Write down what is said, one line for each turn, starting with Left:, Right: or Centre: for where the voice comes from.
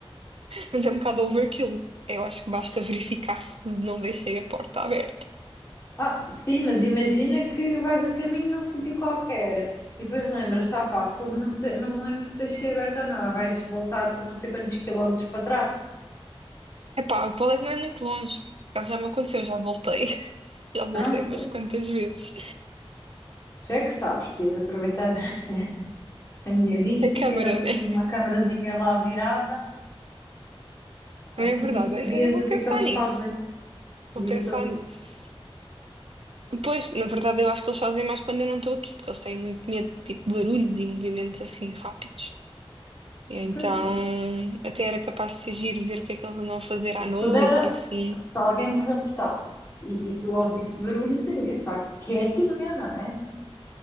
Right: Mas é um bocado overkill. Eu acho que basta verificar se não deixei a porta aberta.
Left: Ah, sim, mas imagina que vais a caminho de um sítio qualquer e depois lembras, tá pá, fogo, não sei, não me lembro se deixei aberto ou não, vais voltar tipo não sei quantos quilómetros para trás.
Right: Epá, o colégio não é muito longe. Por acaso já me aconteceu, já voltei. <laughs> Já voltei
Left: Pronto,
Right: umas quantas vezes.
Left: tu é que sabes, podias aproveitar <laughs> a minha dica
Right: A câmara,
Left: e ter assim
Right: né?
Left: uma camarazinha lá virada, assim
Right: Também é verdade.
Left: tipo,
Right: Eu,
Left: vias
Right: eu vou
Left: o que
Right: pensar
Left: é que eles fazem
Right: nisso. Vou
Left: o dia
Right: pensar
Left: todo.
Right: nisso. Pois, na verdade, eu acho que eles fazem mais quando eu não estou aqui, porque eles têm muito medo de tipo, barulhos e movimentos assim rápidos. E Então,
Left: Pois é.
Right: até era capaz de se ir ver o que é que eles andam a fazer à noite
Left: Pudera,
Right: e assim.
Left: se alguém me raptasse e tipo eu ouvisse barulhos, eu ia ficar quietinha, não é?